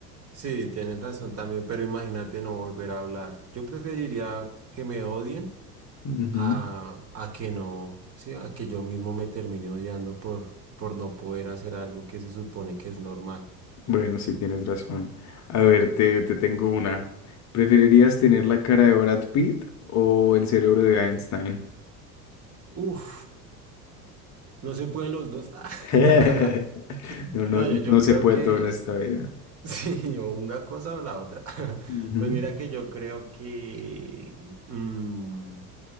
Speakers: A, on the right; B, on the left.
A: Sí, tienen razón también, pero imagínate no volver a hablar. Yo preferiría que me odien
B: Ujú.
A: a, a que no, sí, a que yo mismo me termine odiando por, por no poder hacer algo que se supone que es normal.
B: Bueno, sí, tienes razón. A ver, te, te tengo una. ¿Preferirías tener la cara de Brad Pitt o el cerebro de Einstein?
A: Uf, no se pueden los dos. <laughs>
B: <laughs> No, no,
A: No, yo, yo
B: no
A: creo
B: se puede
A: que
B: todo en esta vida.
A: <laughs> sí, o una cosa o la otra. <laughs>
B: Ujú,
A: Pues mira que yo creo que mm,